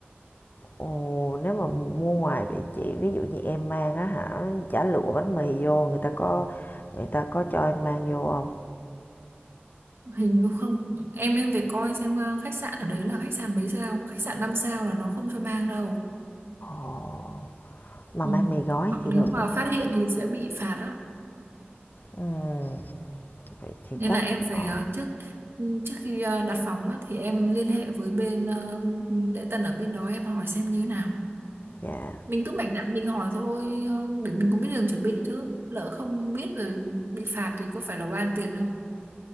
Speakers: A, on the left (about 50°); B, on the right (about 65°).
A: ồ nếu mà mua ngoài vậy chị ví dụ như em mang á hả chả lụa bánh mì vô người ta có người ta có cho em mang vô không
B: hình như không em em phải coi xem ờ, khách sạn ở đấy là khách sạn mấy sao khách sạn 5 sao là nó không cho mang đâu
A: ồ mà
B: ừ.
A: mang mì gói
B: hoặc
A: thì
B: nếu
A: được
B: mà
A: đúng không
B: phát
A: chị
B: hiện thì sẽ bị phạt á
A: Ừm, vậy thì
B: nên
A: chắc
B: là em phải
A: bỏ
B: ờ, trước ừ, trước khi ờ, đặt phòng á, thì em liên hệ với bên ờ, lễ tân ở bên đó em hỏi xem như thế nào
A: dạ
B: mình cứ mạnh dạn mình hỏi thôi ờ, để mình cũng biết đường chuẩn bị chứ lỡ không biết rồi bị phạt thì có phải là oan tiền không